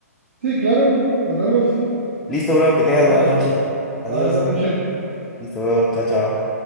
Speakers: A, on the right (about 60°); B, in the centre.
A: Sí, claro, nos vemos.
B: Listo, bro, que tengas
A: Dale,
B: buena noche. Adiós.
A: bye, buena noche.
B: Listo, bro. Chao, chao.